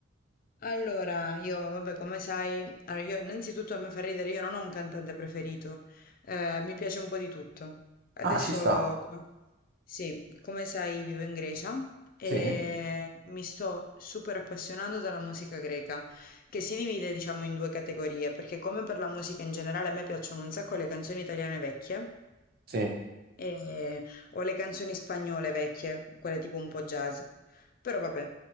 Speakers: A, on the left (about 45°); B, on the right (about 50°).
A: Allora, io, vabbè, come sai, allora io innanzitutto a me fa ridere, io non ho un cantante preferito, eh, mi piace un po' di tutto. Adesso,
B: Ah, ci sta,
A: come- sì, come sai, vivo in Grecia e
B: sì,
A: mi sto super appassionando della musica greca, che si divide, diciamo, in due categorie, perché come per la musica in generale, a me piacciono un sacco le canzoni italiane vecchie,
B: sì,
A: e o le canzoni spagnole vecchie, quelle tipo un po' jazz. Però vabbè,